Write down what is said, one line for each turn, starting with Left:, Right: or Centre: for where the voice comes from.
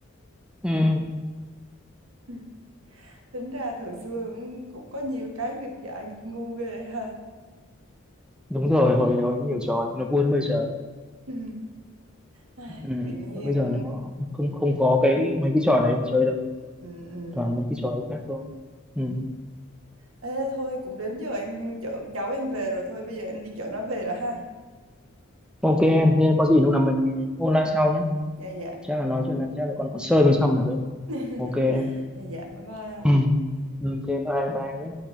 Centre: ừ
Right: Ừ. tính ra thời xưa cũng, cũng có nhiều cái nghịch dại nghịch ngu ghê ha
Centre: đúng rồi hồi hồi nhiều trò nó buôn bây giờ
Right: ừ. Ai,
Centre: ừ.
Right: tự nhiên
Centre: và bây giờ là họ không không có cái mấy cái trò đấy mà chơi đâu
Right: ừ, ừ.
Centre: toàn mấy cái trò khác thôi ừ.
Right: Ê, thôi cũng đến giờ em chở con cháu em về rồi thôi bây giờ em đi chở nó về rồi ha
Centre: ok em thế có gì lúc nào mình ôn lại sau nhé
Right: dạ dạ
Centre: chắc là nói chuyện này chắc là còn còn sơ mới xong được đấy
Right: <laughs>
Centre: ok em
Right: dạ dạ bye bye anh
Centre: ừ. ok bye bye nhé